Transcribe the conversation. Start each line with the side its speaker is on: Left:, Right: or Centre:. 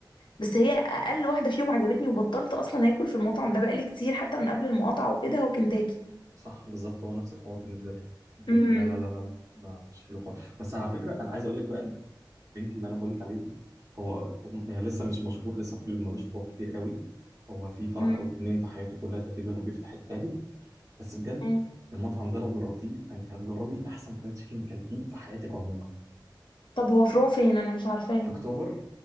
Left: بس هي اقل واحدة فيهم عجبتني وبطلت اصلا اكل في المطعم ده بقالي كتير حتى من قبل المقاطعة وكده هو كنتاكي
Right: صح بالظبط هو نفس الحوار بالنسبه لك كنتاكي
Left: امم
Right: لا لا لا لا لا ما مش حلو خالص بس على فكره انا عايز اقول لك بقى ان الدرينك اللي انا بقول لك عليه ده هو يعني لسه مش مشهور لسه في- ملوش فروع كتير قوي هو في فرع
Left: امم
Right: او اتنين في حياته كلها تقريبا وبيفتح التالت بس بجد
Left: مم.
Right: المطعم ده لو جربتيه فانت هتجربي احسن فرايد تشيكن كلتيه في حياتك عموما
Left: طب هو فروع فين انا مش عارفاه
Right: في اكتوبر